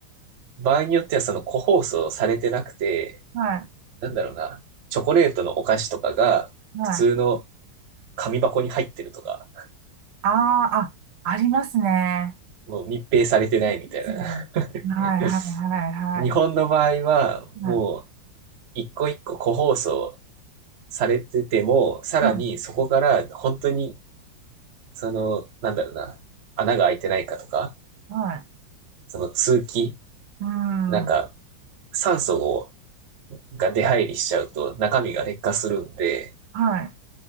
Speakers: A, on the right; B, on the right.
A: 場合によってはその個包装されてなくて、
B: はい、
A: なんだろうな、チョコレートのお菓子とかが、
B: はい。
A: 普通の紙箱に入ってるとか、
B: ああ、あ、ありますね。
A: もう密閉されてないみたいな。
B: ですねはい、
A: <laughs>
B: はい、はい、
A: 日本の場合は、
B: はい。はい、
A: もう、一個一個個包装されてても、さらにそこから本当に、
B: はい。
A: その、なんだろうな、穴が開いてないかとか、
B: はい
A: その通気、
B: うーん、
A: なんか、酸素をが出入りしちゃうと中身が劣化するんで、
B: はい、